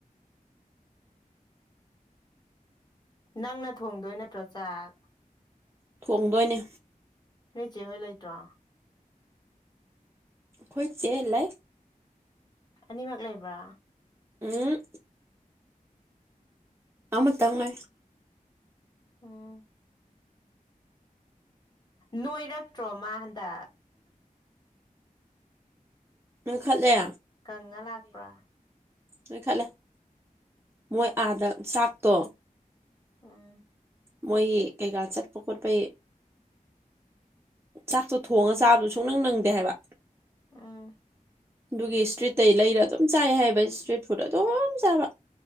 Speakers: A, on the left (about 30°); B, on the right (about 15°).
A: <unintelligible> ꯅꯪꯅ ꯊꯣꯡꯗꯣꯏ ꯅꯠꯇ꯭ꯔꯣ ꯆꯥꯛ
B: ꯊꯣꯡꯗꯣꯏꯅꯦ
A: ꯅꯣꯏ ꯏꯆꯦ ꯍꯣꯏ ꯂꯩꯇ꯭ꯔꯣ
B: ꯈꯣꯏꯁꯦꯂ
A: ꯑꯅꯤꯃꯛ ꯂꯩꯕ꯭ꯔꯥ
B: ꯎꯝ ꯑꯃ ꯇꯉꯦ
A: ꯎꯝ ꯅꯣꯏꯔꯛꯇ꯭ꯔꯣ ꯃꯥ ꯍꯟꯗ
B: ꯑꯪ ꯈꯜꯂꯦ
A: ꯀꯪꯉ ꯂꯥꯛꯄ꯭ꯔꯥ
B: ꯅꯣꯏ ꯈꯜꯂꯦ ꯃꯣꯏ ꯑꯥꯗ ꯆꯥꯛꯇꯣ
A: ꯑꯥ
B: ꯃꯣꯏ ꯀꯩꯀꯥ ꯆꯠꯄ ꯀꯠꯄ ꯆꯥꯛꯇꯣ ꯊꯣꯡꯉ ꯆꯥꯕꯗꯨ ꯁꯨꯡ ꯅꯪ ꯅꯪꯗꯦ ꯍꯥꯏꯕ
A: ꯎꯝ
B: ꯑꯗꯨꯒꯤ ꯏꯁꯇ꯭ꯔꯤꯠꯇꯇꯩ ꯂꯩꯔ ꯑꯗꯨꯝ ꯆꯥꯏ ꯍꯥꯏꯕ ꯏꯁꯇ꯭ꯔꯤꯠ ꯐꯨꯗ ꯑꯗꯨꯝ ꯆꯥꯕ